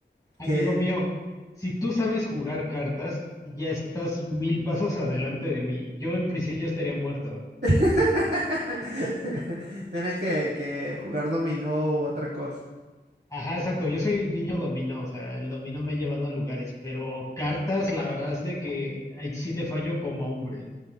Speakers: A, on the left; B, on the right.
A: amigo
B: que
A: mío, si tú sabes jugar cartas, ya estás mil pasos adelante de mí. Yo en prisión ya estaría muerto.
B: <laughs> tienes que, que jugar dominó u otra cosa.
A: Ajá, exacto. Yo soy niño dominó, o sea, el dominó me ha llevado a lugares, pero cartas, la verdad es de que ahí sí te fallo como hombre.